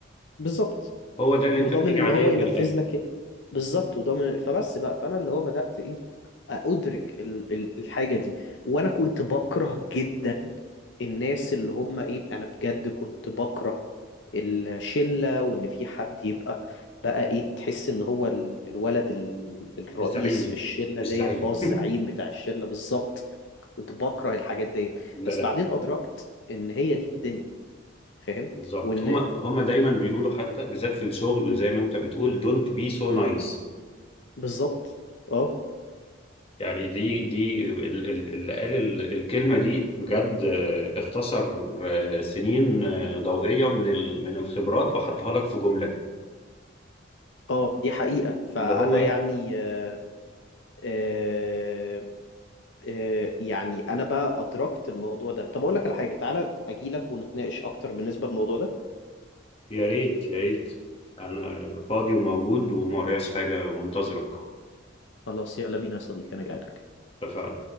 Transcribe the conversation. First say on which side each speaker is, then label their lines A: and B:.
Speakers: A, on the left; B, on the left.
A: بالظبط
B: هو ده اللي
A: وضامن
B: انت بتيجي
A: اللي
B: عليه
A: هو
B: في
A: ينفذ
B: الاخر
A: لك إيه. بالظبط وضامن فبس بقى فانا اللي هو بدات ايه ادرك ال- ال- الحاجه دي وانا كنت بكره جدا الناس اللي هم ايه انا بجد كنت بكره الشله وان في حد يبقى بقى ايه تحس ان هو ال- الولد ال- الرئيس
B: مش زعيم
A: في الشله
B: مش
A: ديت
B: زعيم
A: اه الزعيم بتاع الشله بالظبط كنت بكره الحاجات ديت
B: <laughs> لا
A: بس
B: لا
A: بعدين ادركت ان هي دي الدنيا فاهم
B: بالظبط
A: وان
B: هما هما دايما بيقولوا حتى بالذات في الشغل
A: م-
B: زي ما انت بتقول don't be so
A: م-
B: nice
A: بالظبط اه
B: يعني دي دي ال- ال- اللي قال ال- الكلمة دي بجد آه، اختصر آه، سنين آه، ضوئية من ال- من الخبرات وحطها لك في جملة
A: اه دي حقيقة فأنا
B: اللي هو
A: يعني آه، آه، آه، يعني أنا بقى أدركت الموضوع ده طب أقول لك على حاجة تعالى أجي لك ونتناقش أكتر بالنسبة للموضوع ده
B: يا ريت يا ريت انا فاضي وموجود وما ورياش حاجة منتظرك
A: خلاص يلا بينا يا صديقي أنا جاي لك
B: اتفقنا